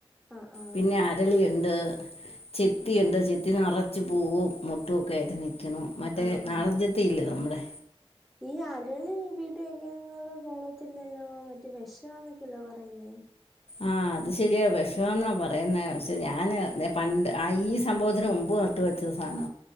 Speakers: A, in the centre; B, on the left (about 70°).
A: ആഹ് ആഹ്
B: പിന്നെ അരളിയുണ്ട് ചിത്തിയുണ്ട്
A: ആഹ്
B: ചത്തി ഒത്തി നിറച്ച് പൂവും മുട്ടുമൊക്കെ ആയിട്ട് നിൽക്കും മറ്റേ
A: ആഹ്
B: നാടഞ്ചത്തിയില്ലേ
A: ആഹ്
B: നമ്മുടെ
A: ഈ അരളി ഈ വീട്ട് വെക്കുന്നത് കൊള്ളത്തില്ലല്ലോ മറ്റേ വിഷംന്നൊക്കെയല്ലോ പറയുന്നേ
B: ആഹ് അത് ശരിയാ വിഷമ എന്നാ പറയുന്ന പക്ഷെ ഞാന് പണ്ട് ഈ സംഭവത്തിന് മുമ്പ് ട്ട് വെച്ച സാധന